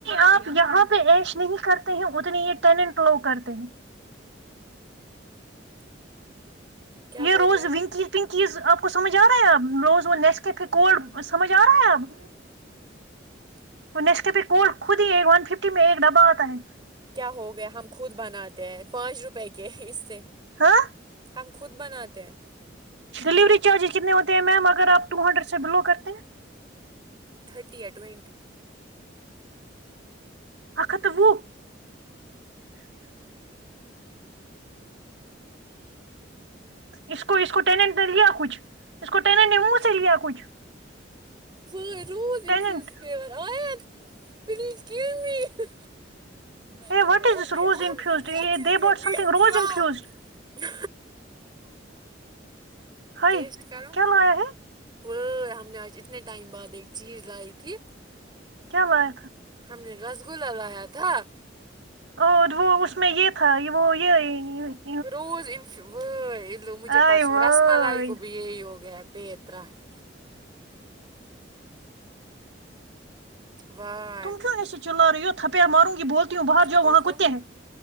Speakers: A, on the right; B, on the right.
A: آپ یہاں پہ ایش نہیں کرتے ہیں اتنی یہ ٹننٹ لوگ کرتے ہیں
B: کیا بول
A: یہ روز
B: رہی آپ
A: ونکس پنکیز آپ کو سمجھ آ رہا ہے آپ روز وہ نیسکفے کوڈ سمجھ آ رہا ہے آپ انس کے پ کوڈ خود ہی ایک ون ففٹی میں ایک ڈبا آتا ہے
B: کیا ہو گیا ہم خود بناتے ہیں پانچ روپے کے اس سے
A: ہاں
B: ہم خود بناتے ہیں
A: ڈلیوری چارجز کتنے ہوتے ہیں میم اگر آپ ٹو ہنڈریڈ سے بلو کرتے ہیں
B: تھرٹی ہے ٹوئینٹی
A: ات وہ اس کو اس کو ٹینٹ لیا کچھ اس کو ٹینٹ نے منہ سے لیا کچھ
B: و روود انفیوز
A: ٹیننٹ
B: پیور آیت پلیز گیو می میں
A: ہے
B: نے وہ
A: واٹ از
B: اب
A: دس
B: بھی
A: روز
B: آپ
A: انفیوزڈ
B: کیوں نہیں
A: یہ
B: اچھے
A: دے
B: سے
A: باٹ سم
B: دیکھتی
A: تھنگ روز
B: ہو
A: انفیوزڈ ہائی
B: ٹیسٹ کرو
A: کیا لایا ہے
B: وہ ہم نے آج اتنے ٹائم بعد ایک چیز لائی تھی
A: کیا لاے
B: ہم نے رسگلہ لایا تھا
A: اور وہ اس میں یہ تھا وہ یہ
B: روز انف مجھے
A: آئے
B: پرسوں
A: وائے
B: رس ملائی کو بھی یہی ہو گیا پت ترٹھ واہ
A: تم کیوں ایسے چلا رہی ہو تھپیا ماروں گی بولتی ہوں باہر جؤ
B: اور
A: وہاں
B: کھاؤ
A: کتے
B: گی
A: ہیں